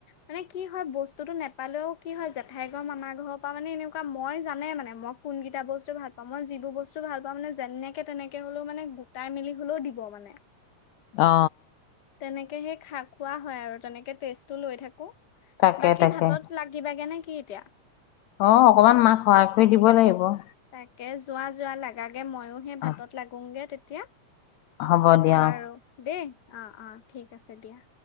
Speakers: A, on the left; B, on the left.
A: মানে কি হয় বস্তুটো নোপালেও কি হয় জেঠাই ঘৰ মামাৰ ঘৰৰ পা মানে এনেকুৱা মই জানে মানে মই কোন কেইটা বস্তু ভাল পাওঁ মই যিবোৰ বস্তু বস্তু ভাল পাওঁ মানে যেনেকে তেনেকে হলেও মানে গোটাই মিলি হলেও দিব মানে৷
B: অ
A: তেনেকে সেই খাক খোৱা হয় আৰু তেনেকে টেষ্টটো লৈ থাকো৷
B: তাকে
A: বাকী
B: তাকে
A: ভাতত লাগিবাগে নে ক? কি এতিয়া?
B: অ অকমান মাক সহায় কৰি দিব লাগিব৷
A: তাকে যোৱা-যোৱা লাগা৷ ময়ো সেই
B: অ
A: ভাতত লাগুগে এতিয়া?
B: হ'ব দিয়া
A: বাৰু
B: অ
A: দেই! অ-অ ঠিক আছে দিয়া৷